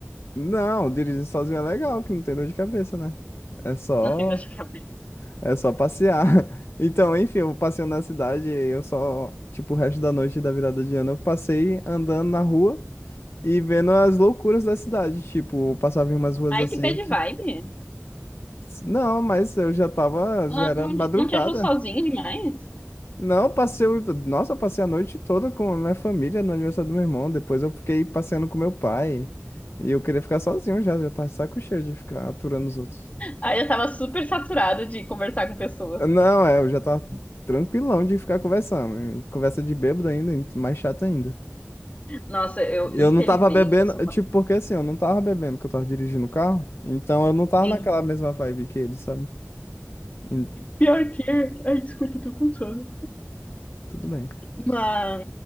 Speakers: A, on the left; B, on the left.
A: não, dirigir sozinho é legal, que não tem dor de cabeça, né? É só,
B: Não tem dor de cabeça.
A: é só passear. <laughs> Então, enfim, eu passeando na cidade, eu só, tipo, o resto da noite da virada de ano, eu passei andando na rua. E vendo as loucuras da cidade. Tipo, eu passava em umas ruas
B: Ai,
A: assim
B: que bad
A: que.
B: vibe.
A: Não, mas eu já tava.
B: Ela
A: Já era
B: não,
A: madrugada.
B: te- não te achou sozinho demais?
A: Não, eu passei. o- Nossa, eu passei a noite toda com a minha família no aniversário do meu irmão. Depois eu fiquei passeando com meu pai. E eu queria ficar sozinho já. Já tava de saco cheio de ficar aturando os outros.
B: Ai, eu tava super saturada de conversar com pessoas.
A: Não, é, eu já tava tranquilão de ficar conversando. E Conversa de bêbado ainda, e mais chato ainda.
B: Nossa, eu,
A: Eu
B: infelizmente,
A: não tava bebendo,
B: eu sou
A: eh,
B: uma...
A: tipo, porque assim, eu não tava bebendo que eu tava dirigindo o carro, então eu não tava
B: Sim.
A: naquela mesma vibe que ele, sabe? Hum,
B: Pior que... Ai, desculpa, eu tô com sono.
A: Tudo bem.
B: Uma...